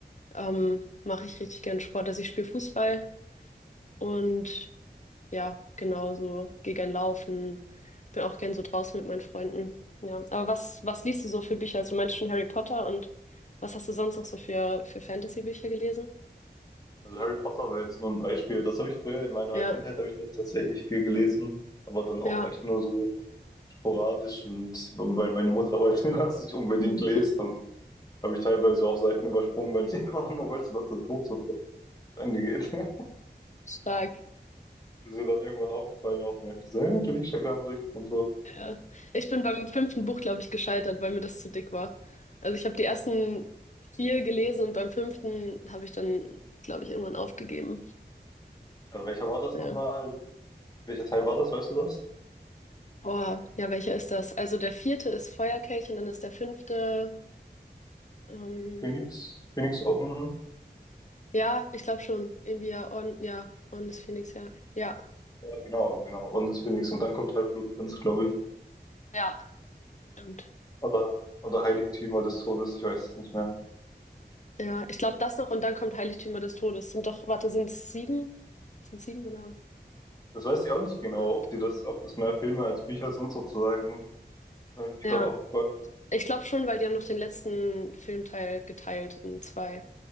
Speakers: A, on the left (about 45°); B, on the left (about 20°).
A: ähm, mache ich richtig gern Sport. Also ich spiele Fußball und Ja, genau so. Geh gern laufen. Bin auch gern so draußen mit meinen Freunden. Ja, aber was, was liest du so für Bücher? Also, du meinst schon Harry Potter und was hast du sonst noch so für, für Fantasy-Bücher gelesen?
B: Also Harry Potter war jetzt nur ein Beispiel. Das habe ich früher in meiner
A: Ja,
B: Kindheit habe ich das tatsächlich viel gelesen, aber dann
A: ja.
B: auch echt nur so sporadisch und weil meine Mutter wollte, dass ich <laughs> unbedingt
A: Mhm.
B: lese,
A: <laughs>
B: dann habe ich teilweise auch Seiten übersprungen, weil ich <laughs> einfach nur wollte, dass das Buch so zu Ende geht. <laughs>
A: Stark.
B: Ist ihr dann irgendwann aufgefallen, auch meinte so, ja, du liest ja gar nicht richtig und so.
A: Ja. Ich bin beim fünften Buch, glaube ich, gescheitert, weil mir das zu dick war. Also ich habe die ersten vier gelesen und beim fünften habe ich dann, glaube ich, irgendwann aufgegeben.
B: Äh, welcher war das
A: Ja.
B: nochmal? Welcher Teil war das, weißt du das?
A: Boah, ja, welcher ist das? Also der vierte ist Feuerkelch und dann ist der fünfte. Ähm,
B: Phoenix? Phoenix Orden?
A: Ja, ich glaube schon. Irgendwie ja, Orden, ja, Orden des Phönix, ja. Ja,
B: Ja, genau, genau. Orden des Phoenix und dann kommt halt Blutprinz, glaube ich.
A: ja, stimmt.
B: Aber, oder Heiligtümer des Todes, ich weiß es nicht mehr.
A: Ja, ich glaube das noch und dann kommt Heiligtümer des Todes. Sind doch, warte, sind es sieben? Sind sieben oder
B: Das weiß ich auch nicht genau,
A: acht?
B: ob die das, ob das mehr Filme als Bücher sind sozusagen. Da habe ich mich
A: Ja,
B: gerade auch gefragt.
A: ich glaube schon, weil die haben noch den letzten Filmteil geteilt in zwei.